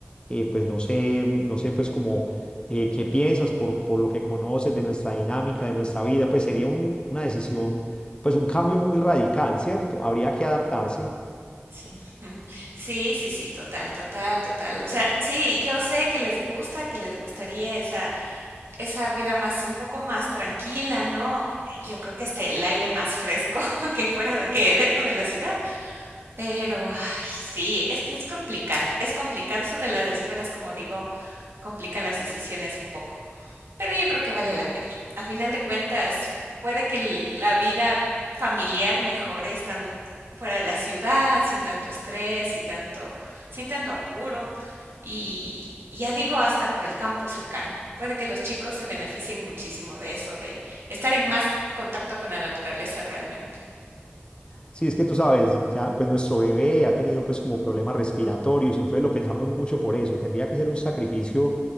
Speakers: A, on the left; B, on the right.
A: eh, pues no sé, no sé, pues como eh, qué piensas por, por lo que conoces de nuestra dinámica, de nuestra vida, pues sería un- una decisión, pues un cambio muy radical, ¿cierto? Habría que adaptarse.
B: Sí. <laughs> Sí, sí, sí, total, total, total. O sea, sí, yo sé que les gusta, que les gustaría esa esa vida más un poco más tranquila, ¿no? Yo creo que hasta el aire más fresco <laughs> que fuera de que dentro de la ciudad, pero, ay, sí, es que es complicado, es complicado eso de las escuelas, como digo, complican las decisiones un poco. Pero yo creo que vale la pena. A final de cuentas, puede que la vida familiar mejore estando fuera de la ciudad, sin tanto estrés y tanto, sin tanto apuro. Y, y ya digo, hasta por el campo cercano. Puede que los chicos se beneficien muchísimo de eso, de estar en más contacto con la naturaleza realmente.
A: Sí, es que tú sabes, ya pues nuestro bebé ha tenido pues como problemas respiratorios, entonces lo pensamos mucho por eso, tendría que ser un sacrificio